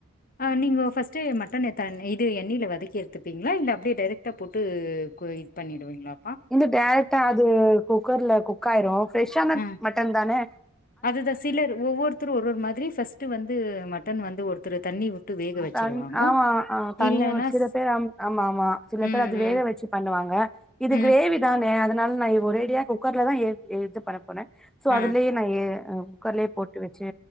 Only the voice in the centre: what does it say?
இந்த டேரெக்டா அது குக்கர்ல குக் ஆயிரு ஃப்ரெஷ்ஷான
மட்டன் தானே
தண் ஆமா ஆ தண்ணி
சில
பேர் ஆம் ஆமாமா சில
பேர் அது
வேக வச்சு பண்ணுவாங்க இது
கிரேவி நானே அதனால நா ஒரேடியா குக்கர்லதா இ இது பண்ண போறே சோ
அதுலேயே நா எ அம் குக்கர்லே போட்டு வச்சு